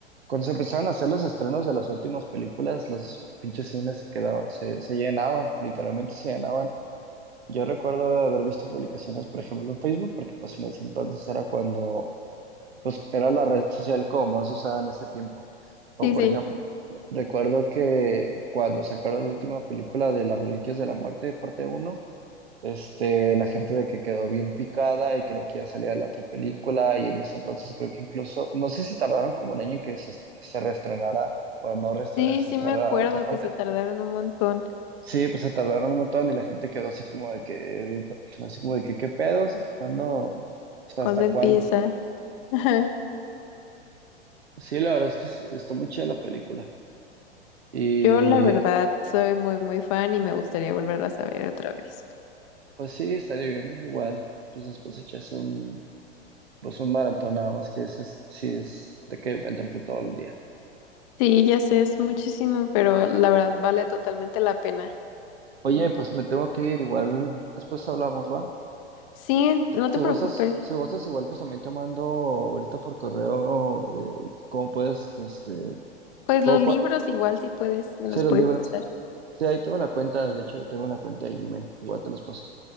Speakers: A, on the right (about 65°); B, on the left (about 30°).
A: cuando se empezaron a hacer los estrenos de las últimas películas, los pinches cines se quedaban, se, se llenaban, literalmente se llenaban. Yo recuerdo haber visto publicaciones, por ejemplo, en Facebook, porque pues en ese entonces era cuando pues era la red social como más usada en ese tiempo. O
B: Sí,
A: por
B: sí.
A: ejemplo, recuerdo que cuando sacaron la última película de Las Reliquias de la Muerte, parte uno, este, la gente de que quedó bien picada y quería que ya saliera la otra película y en ese entonces creo que incluso, no sé si tardaron como un año en que se, est- se reestrenara. o no reestrenara,
B: Sí,
A: se
B: sí
A: estrenara
B: me acuerdo
A: la otra parte.
B: que se tardaron un montón.
A: Sí, pues se tardaron un montón y la gente quedó así como de que, así como de que, ¿qué pedos? ¿Cuándo? O sea,
B: ¿Cuándo
A: ¿Hasta
B: empieza?
A: cuándo?
B: <laughs> Ajá.
A: Sí, la verdad es que es- está muy chida la película. Y
B: Yo la verdad soy muy, muy fan y me gustaría volverlas a ver otra vez.
A: pues sí, estaría bien, igual. Pues después echarse un, pues un maratón nada más que ese es- sí es de que entrarte todo el día.
B: Sí, ya sé, es muchísimo, pero la verdad vale totalmente la pena.
A: Oye, pues me tengo que ir, igual después hablamos, ¿va?
B: Sí, no
A: Si
B: te preocupes.
A: gozas, si gozas igual, pues también te mando ahorita por correo eh, cómo puedes, este,
B: Pues
A: cómo
B: los libros
A: puedes,
B: igual si puedes, me
A: si
B: los
A: los
B: puedes
A: libras.
B: pasar.
A: Sí, ahí tengo la cuenta, de hecho la tengo en la cuenta de Gmail, igual te los paso.